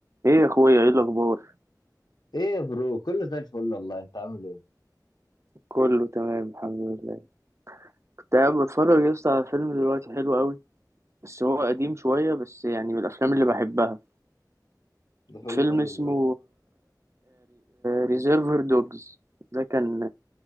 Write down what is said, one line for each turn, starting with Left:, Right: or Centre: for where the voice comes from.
Right: ايه يا اخويا ايه الاخبار
Left: ايه يا برو كله زي الفل والله انت عامل ايه
Right: كله تمام الحمد لله كنت قاعد بتفرج يا اسطى على فيلم دلوقتي حلو قوي بس هو قديم شويه بس يعني من الافلام اللي بحبها
Left: ده فيلم
Right: فيلم
Left: ايه
Right: اسمه
Left: ده
Right: ريزيرفر دوجز ده كان